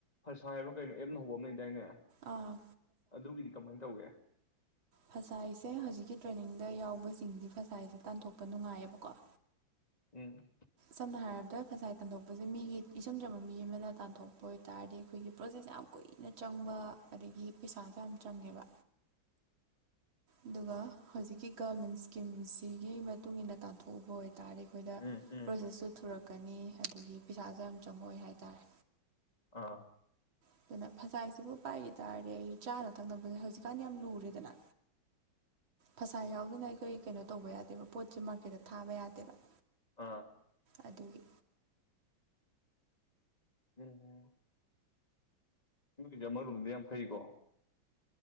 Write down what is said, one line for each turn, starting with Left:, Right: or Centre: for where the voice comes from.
Left: ꯐꯁꯥꯏꯔꯣ ꯀꯩꯅꯣ ꯑꯦꯞ ꯍꯧꯕ ꯑꯃ ꯂꯩꯗꯥꯏꯅꯦ
Right: ꯑꯥ
Left: ꯑꯗꯨꯒꯤꯗꯤ ꯀꯃꯥꯏꯅ ꯇꯧꯒꯦ
Right: ꯐꯁꯥꯢꯁꯦ ꯍꯧꯖꯤꯛꯀꯤ ꯇ꯭ꯔꯦꯅꯤꯡꯗ ꯌꯥꯎꯕꯁꯦ ꯄꯤꯟꯗꯤ ꯐꯁꯥꯏꯁꯦ ꯇꯥꯟꯊꯣꯛꯄ ꯅꯨꯡꯉꯥꯏꯌꯦꯕꯀꯣ
Left: ꯎꯝ
Right: ꯁꯝꯅ ꯍꯥꯏꯔꯕꯗ ꯐꯖꯥꯏ ꯇꯥꯟꯊꯣꯛꯄꯁꯦ ꯃꯤꯒꯤ ꯏꯆꯝ ꯆꯝꯕ ꯃꯤ ꯑꯃꯅ ꯇꯥꯟꯊꯣꯛꯄ ꯑꯣꯏꯇꯥꯥꯔꯗꯤ ꯑꯩꯈꯣꯏꯒꯤ ꯄ꯭ꯔꯣꯁꯦꯁ ꯌꯥꯝ ꯀꯨꯏꯅ ꯆꯪꯕ ꯑꯗꯒꯤ ꯄꯩꯁꯥꯁꯨ ꯌꯥꯝ ꯆꯪꯉꯦꯕ
Left: <unintelligible>
Right: ꯑꯗꯨꯒ ꯍꯧꯖꯤꯛꯀꯤ ꯒꯃꯦꯟ ꯏꯁꯀꯤꯝꯁꯤꯒꯤ ꯃꯇꯨꯡ ꯏꯟꯅ ꯇꯥꯟꯊꯣꯛ ꯎꯕ ꯑꯣꯏꯇꯥꯔꯗꯤ ꯑꯩꯈꯣꯏꯗ
Left: ꯎꯝ ꯎꯝ
Right: ꯄ꯭ꯔꯣꯁꯦꯁꯁꯨ ꯊꯨꯔꯛꯀꯅꯤ ꯑꯗꯒꯤ ꯄꯩꯁꯥꯁꯦ ꯌꯥꯝ ꯆꯪꯉꯛ ꯑꯣꯢ ꯍꯥꯏꯇꯥꯔꯦ
Left: ꯑꯥ
Right: ꯑꯗꯨꯅ ꯐꯖꯥꯏꯁꯤꯕꯨ ꯄꯥꯏꯈꯤ ꯇꯥꯔꯗꯤ ꯑꯩ ꯆꯥꯅ ꯊꯛꯅꯕꯁꯦ ꯍꯧꯖꯤꯛꯀꯥꯟ ꯌꯥꯝ ꯂꯨꯔꯦꯗꯅ ꯐꯁꯥꯢ ꯌꯥꯎꯗꯅ ꯑꯩꯈꯣꯏ ꯀꯩꯅꯣ ꯇꯧꯕ ꯌꯥꯗꯦꯕ ꯄꯣꯠꯁꯦ ꯃꯥꯔꯀꯦꯠꯇ ꯊꯥꯕ ꯌꯥꯗꯦꯕ
Left: ꯑꯥ
Right: ꯑꯗꯨꯒꯤ
Left: <unintelligible> ꯅꯣꯏꯒꯤꯖꯦ ꯑꯃꯔꯣꯝꯗꯤ ꯌꯥꯝ ꯐꯩꯀꯣ